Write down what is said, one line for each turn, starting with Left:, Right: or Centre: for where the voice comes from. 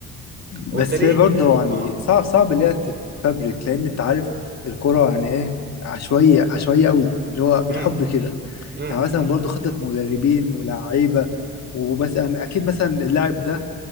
Left: بس
Right: وانت ليه
Left: برضه يعني
Right: اه
Left: صعب صعب اللي هي تتفبرك لان انت عارف الكوره يعني ايه عشوائيه عشوائيه قوي اللي هو بالحب
Right: امم
Left: كده
Right: امم
Left: يعني مثلا
Right: امم
Left: برضو خطة مدربين ولاعيبة ومثلا اكيد مثلا اللاعب ده